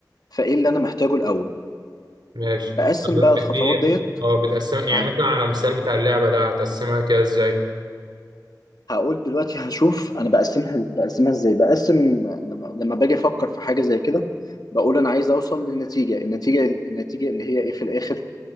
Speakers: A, on the left (about 60°); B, on the right (about 80°).
A: فايه اللي انا محتاجه الاول
B: ماشي
A: بقسم
B: طب
A: بقى الخطوات
B: اديني
A: ديت
B: اه بتقسم
A: معاه
B: يعني مثلا على مثال بتاع اللعبة ده هتقسمها كده ازاي
A: هقول دلوقتي هشوف انا بقسمها بقسمها ازاي بقسم لما لما باجي افكر في حاجه زي كده بقول انا عايز اوصل للنتيجه النتيجه النتيجه اللي هي ايه في الاخر